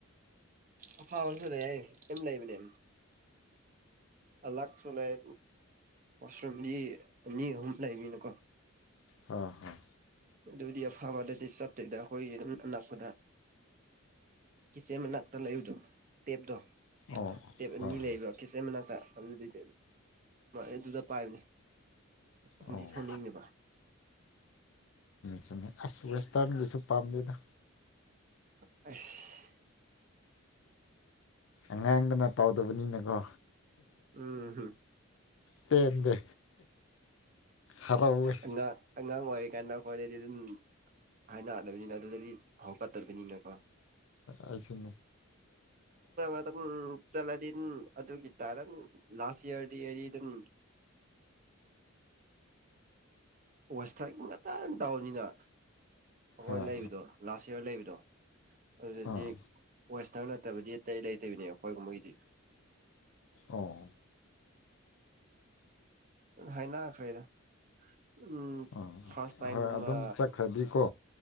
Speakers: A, on the right; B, on the left.
A: ꯑꯐꯥꯁꯨ ꯂꯩꯦ ꯌꯥꯦꯝ ꯂꯩꯕꯅꯦ ꯂꯥꯛꯆꯣ ꯂꯩ ꯎꯁ꯭ꯔꯝꯗꯤ ꯑꯅꯤꯍꯨꯝ ꯂꯩꯕꯤꯅꯀꯣ
B: ꯑ ꯍꯣꯏ
A: ꯑꯗꯨꯗꯤ ꯑꯐꯕꯗꯗꯤ ꯆꯠꯇꯦꯗ ꯑꯩꯈꯣꯏꯒꯤ ꯑꯗꯨꯝ ꯑꯅꯛꯄꯗ ꯀꯤꯠꯆꯦ ꯃꯅꯥꯛꯇ ꯂꯩꯨꯗꯣ ꯇꯦꯞꯇꯣ
B: ꯑꯣ
A: ꯇꯦꯞ ꯑꯅꯤ
B: ꯍꯣꯏ
A: ꯂꯩꯕ ꯀꯤꯠꯆꯦꯟ ꯃꯅꯥꯛꯇ ꯑꯗꯨꯗꯤꯗꯤ ꯑꯗꯨꯗ ꯄꯥꯏꯕꯅꯦ ꯄꯥꯟꯗꯤ
B: ꯍꯣꯏ
A: ꯊꯧꯅꯤꯡꯉꯦꯕ
B: ꯆꯨꯝꯃꯤ ꯑꯁ ꯋꯦꯁꯇꯔꯟꯒꯤꯁꯨ ꯄꯥꯝꯗꯗ
A: ꯑꯁ
B: ꯑꯉꯥꯡꯗꯅ ꯇꯧꯗꯕꯅꯤꯅꯀꯣ
A: ꯎꯝꯝ
B: ꯄꯦꯟꯗꯦ ꯍꯔꯥꯎꯋꯦ
A: ꯑꯥꯡ ꯑꯥꯡ ꯑꯣꯏꯔ ꯀꯥꯟꯅ ꯀꯣꯂꯦꯖ ꯑꯗꯨ ꯍꯥꯏꯅꯛꯗꯕꯅꯤꯅ ꯑꯗꯨꯗꯤ ꯍꯧꯛꯀꯠꯇꯕꯅꯤꯅꯀꯣ
B: ꯑꯩꯁꯨ
A: ꯑꯗꯨꯝ ꯆꯂꯗꯤ ꯑꯗꯨꯒꯤ ꯇꯔ ꯂꯥꯁ ꯏꯌꯥꯔꯗꯤ ꯑꯦꯗꯤ ꯑꯗꯨꯝ ꯎ ꯋꯦꯁꯇꯔ ꯇꯪ ꯇꯥꯎꯕꯅꯤꯅ ꯑꯩꯈꯣꯏ
B: ꯑꯥ
A: ꯂꯩꯕꯗꯣ ꯂꯥꯁ ꯏꯌꯥꯔ ꯂꯩꯕꯗꯣ ꯑꯗꯨꯗꯗꯤ
B: ꯑꯥ
A: ꯋꯦꯁꯇꯔꯟ ꯅꯠꯇꯕꯗꯤ ꯑꯇꯩ ꯂꯩꯇꯕꯤꯅꯦ ꯑꯩꯈꯣꯏꯒꯨꯝꯕꯒꯤꯗꯤ
B: ꯑꯣ
A: ꯍꯥꯏꯅꯈꯩꯗ ꯎꯝ
B: ꯑꯥ
A: ꯐꯥꯔꯁ ꯇꯥꯏꯝꯒꯨꯝꯕ
B: ꯍꯣꯏ ꯑꯗꯨꯝ ꯆꯠꯈ꯭ꯔꯗꯤꯀꯣ